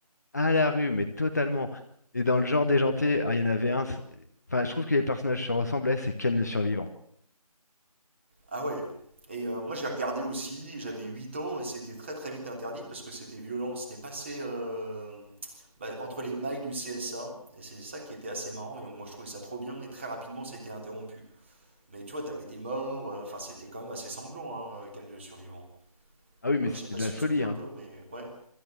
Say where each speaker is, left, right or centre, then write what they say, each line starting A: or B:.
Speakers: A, on the left (about 25°); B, on the right (about 20°).
A: à la rue, mais totalement. Et dans le genre déjanté, ah, il y en avait un. c'est- Enfin, je trouve que les personnages se ressemblaient, c'est Ken le survivant.
B: Ah ouais. Et euh, moi j'ai regardé aussi, j'avais 8 ans et c'était très très vite interdit parce que c'était violent, c'était passé euh, bah, entre les mailles du CSA et c'est ça qui était assez marrant et moi je trouvais ça trop bien et très rapidement ça a été interrompu. Mais tu vois, t'avais des morts, euh, enfin c'était quand même assez sanglant hein, euh, Ken le survivant.
A: Ah oui, mais
B: Ouais,
A: c'était
B: je sais pas
A: de
B: si
A: la folie,
B: tu te souviens
A: hein.
B: un peu, mais ouais.